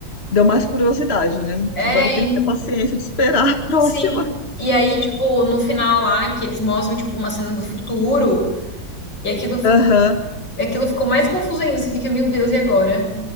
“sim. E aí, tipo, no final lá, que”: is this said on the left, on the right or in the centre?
Left